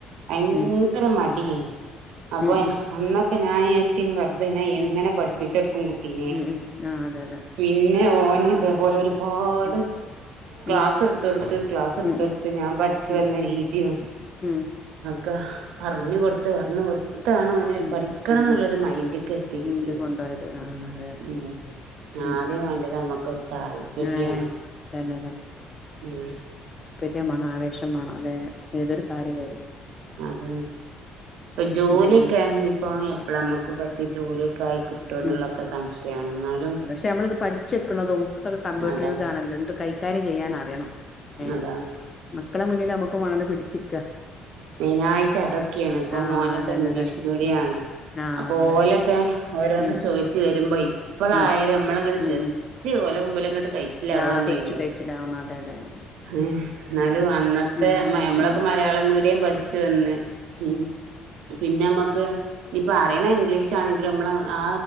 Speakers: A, on the right; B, on the left.
A: ഭയങ്കര
B: ഉം
A: മാടിയണി അപ്പൊ
B: ഉം ഉം
A: അന്നൊക്ക ക്കെഞൻ അച്ചീ പറഞ്ഞ അ എങ്ങനെ
B: ഉം
A: പഠപ്പിചോട്ക്കും കുട്ട പി
B: ഉം ഉം ആഹ് അതെ അതെ
A: പിന്നെ ഓനെതേപോലെ
B: ഉം
A: ഒരുപാട്
B: ഉം
A: ക്ലാസ്
B: ഉം
A: എടുത്തടുത്ത് ക്ലാസ് എടുത്ത്ടുത്ത്
B: ഉം ഉം
A: ഞാൻ പഠിച്ചു
B: ഉം
A: വന്ന രീതിയും
B: ഉം
A: ക്ക പറഞ്ഞു കൊടുത്ത് പറഞ്ഞു കൊടുത്ത് ഇത്തണ അവനരു
B: ഉം
A: പഠിക്കണം
B: ഉം
A: എന്നുള്ളൊരു
B: ഉം
A: മൈൻഡക്ക് എത്തി കിട്ടിയത്
B: ഇങ്ങട് കൊണ്ടോയത് ആഹ് അതെ അതെ
A: ഉം
B: ഉം
A: ആദ്യം
B: ഉം
A: വണ്ടി നമ്മുക്കൊരു താല്പര്യണ
B: ഏഹ് അതന്നെ
A: ഉ
B: കൃത്മാണ് ആവേശമാണ് അത ഏതൊരു കാര്യാലും
A: അതന്നെ ഇപ്പൊ ജോലിയൊക്കെ
B: ഉം ഉം
A: ഇപ്പ എപ്പോഴ നമ്മുക്ക് പറ്റിയ ജോലിയൊക്കെ ആയി കിട്ടുവ എന്നുള്ളൊക്കെ
B: ഉം
A: സംശയമാണ് എന്നാലും
B: പക്ഷെ നമ്മളിത് പഠിച്ചെക്കണത നമുക്ക്തൊക്കെ കമ്പ്യൂട്ടർ
A: അതാണ്
B: യുഗ ആണല്ലോ എന്ത് കൈകാര്യം ചെയ്യാൻ അറിയണം ഏ
A: അതാണ്
B: മക്കളെ മുന്നിൽ നമുക്ക് വേണല്ലോ പിടിച്ചെക്ക
A: മെയിന ആയിട്ട് അതൊക്കെയാണ് ഇപ്പൊ
B: ആഹ്
A: മോനൊക്കെ
B: അതന്നെ
A: ഇംഗ്ലീഷ്
B: അതന്നെ
A: മീഡിയണ്
B: ഉം ആഹ്
A: അപ്പൊ
B: അതെ
A: ഓലൊക്കെ
B: അതെ
A: ഓ
B: ഉം
A: ന്ന് ചോദിച്ചു വരുമ്പോ ഇപ്പള
B: ഉം
A: ആരം എമ്മള കട്ട
B: ഉം
A: ജസ്റ്റ്
B: ഉം
A: കൊല മുമ്പല കഴിച്ചില്ലാവന്നേള്ളൂ
B: ആഹ് പിടിച്ചു കഴിച്ചിലാവണം അതെ അതെ അതെ അതെ
A: ഏ എന്നാലും
B: ഉം
A: അന്നത്തെ
B: ഉം
A: നമ്മളൊക്കെ
B: ഉം
A: മലയാളം മി അയും പഠിച്ചു വന്ന് ഉം പിന്നെ നമ്മക്ക് നീപ്പ പറയണ ഇംഗ്ലീഷ് ആണെങ്ക നമ്മള ആ